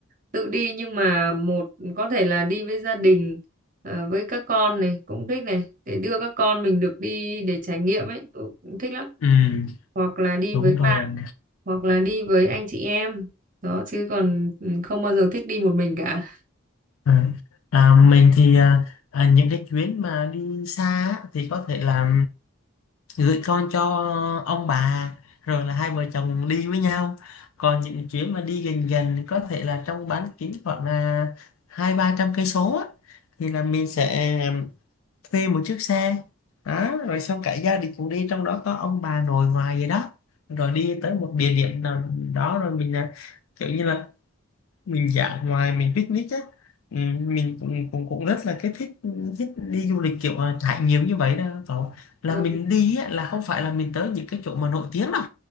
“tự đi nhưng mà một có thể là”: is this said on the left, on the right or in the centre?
Right